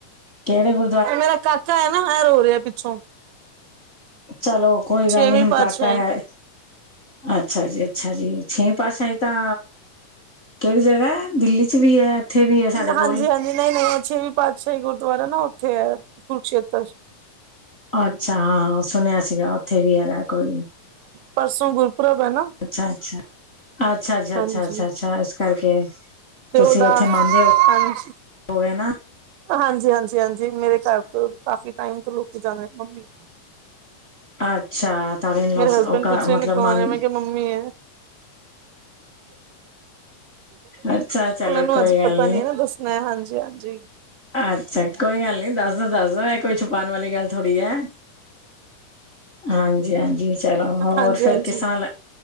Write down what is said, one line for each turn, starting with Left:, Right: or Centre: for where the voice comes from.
Left: ਕਿਹੜੇ ਕੁ
Right: ਮੇਰਾ ਕਾਕਾ ਹੈ ਨਾ ਰੋ ਹੋ ਰਿਹਾ ਪਿੱਛੋਂ
Left: ਚਲੋ ਕੋਈ
Right: ਛੇਵੀਂ
Left: ਗੱਲ ਨਹੀਂ ਹੁਣ
Right: ਪਾਤਸ਼ਾਹੀ
Left: ਕਾਕਾ ਹੈ। ਅੱਛਾ ਜੀ ਅੱਛਾ ਜੀ ਛੇ ਪਾਸ਼ਾਹੀ ਤਾਂ, ਕਿਹੜੀ ਜਗ੍ਹਾ ਦਿੱਲੀ ਚ ਵੀ ਹੈ। ਇੱਥੇ ਵੀ ਹੈ ਸਾਡੇ ਕੋਲ
Right: ਹਾਂਜੀ, ਹਾਂਜੀ ਨਹੀਂ ਨਵਾਂ ਛੇਵੀਂ ਪਾਤਸ਼ਾਹੀ ਗੁਰਦੁਆਰਾ ਨਾ ਉੱਥੇ ਹੈ ਕੁਰਕਸ਼ੇਤਰ
Left: ਅੱਛਾ ਹਾਂ ਸੁਣਿਆ ਸੀਗਾ ਉੱਥੇ ਵੀ ਹੈਗਾ ਕੋਈ ਨੀ,
Right: ਪਰਸੋਂ ਗੁਰਪੁਰਬ ਹੈ ਨਾ,
Left: ਅੱਛਾ, ਅੱਛਾ, ਅੱਛਾ, ਅੱਛਾ,
Right: ਹਾਂਜੀ
Left: ਅੱਛਾ, ਅੱਛਾ, ਅੱਛਾ ਇਸ ਕਰਕੇ, ਤੁਸੀਂ
Right: ਤੇ ਉਹਦਾ
Left: ਉੱਥੇ ਮੰਨਦੇ ਹੋ
Right: ਹਾਂਜੀ,
Left: ਹੋਗੇ ਨਾ
Right: ਹਾਂਜੀ ਹਾਂਜੀ ਹਾਂਜੀ ਮੇਰੇ ਘਰ ਤੋਂ ਕਾਫ਼ੀ ਟਾਈਮ ਤੋਂ ਲੋਕੀ ਜਾਂਦੇ ਮੰਮੀ।
Left: ਅੱਛਾ ਤੁਹਾਡੇ
Right: ਮੇਰੇ ਹਸਬੈਂਡ
Left: ਉਹ ਘਰ
Right: ਪੁੱਛੇ
Left: ਮਤਲਬ
Right: ਨੇ ਕੌਣ
Left: ਮਨ
Right: ਹੈ ਮੈਂ ਕਿਹਾ ਮੰਮੀ ਹੈ।
Left: ਅੱਛਾ ਚਲੋ
Right: ਉਹਨਾਂ ਨੂੰ
Left: ਕੋਈ
Right: ਅੱਜ
Left: ਗੱਲ
Right: ਪਤਾ ਨੀ ਨਾ ਦੱਸਣਾ ਹਾਂਜੀ ਹਾਂਜੀ।
Left: ਅੱਛਾ ਕੋਈ ਗੱਲ ਨੀ ਦੱਸ ਦੱਸ ਦ ਇਹ ਕੋਈ ਛੁਪਾਉਣ ਵਾਲੀ ਗੱਲ ਥੋੜੀ ਹੈ। ਹਾਂਜੀ, ਹਾਂਜੀ ਚਲੋ ਹੋਰ
Right: ਹਾਂਜੀ
Left: ਫੇਰ
Right: ਹਾਂਜੀ
Left: ਕਿਸ ਤਰ੍ਹਾਂ